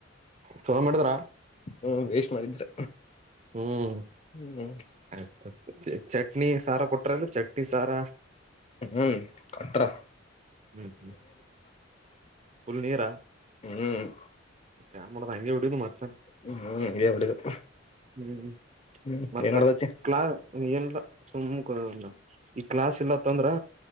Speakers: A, on the right; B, on the left.
A: ಚಲೋ ಮಾಡಿದ್ರಾ.
B: ಹ್ಮ್ ವೇಸ್ಟ್ ಮಾಡಿದ್ರ.
A: ಹ್ಮ್
B: ಹ್ಮ್
A: ಆಯ್ತ್ ಚಟ್ನಿ ಸಾರು ಕೊಟ್ರೂ ಅಂದ್ರೆ ಚಟ್ನಿ ಸಾರಾ.
B: ಹ್ಮ್ ಅತ್ರಾ
A: ಹ್ಮ್ ಹ್ಮ್ ಪುಲ್ ನೀರಾ‌.
B: ಹ್ಮ್
A: ಏನ್ ಮಾಡದ್ ಹಂಗೆ ಹೊಡಿದ್ ಮತ್ಸನ್
B: ಹ್ಮ್ ಹ್ಮ್ ಹಂಗೆ ಓಡಿಯದ್
A: ಹ್ಮ್
B: ಹ್ಮ್
A: ಮತ್ತ
B: ಏನ್ ಮಾಡತಿ
A: ಕ್ಲಾ ಏನೂ ಇಲ್ಲ ಸುಮ್ ಕೂ ಈ ಕ್ಲಾಸ್ ಇಲ್ಲಂತಂದ್ರೆ.